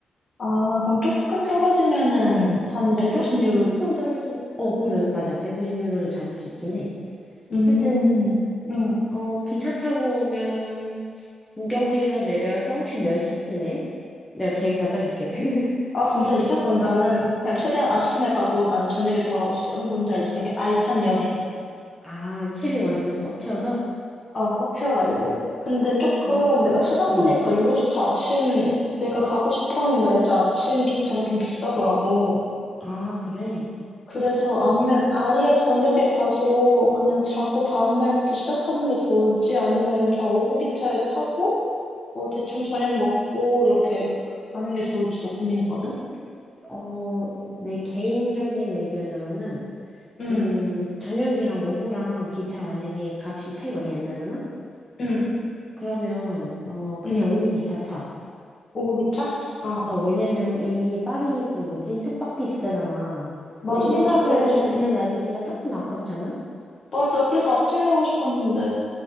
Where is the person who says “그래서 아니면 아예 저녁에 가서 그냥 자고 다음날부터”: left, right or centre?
Left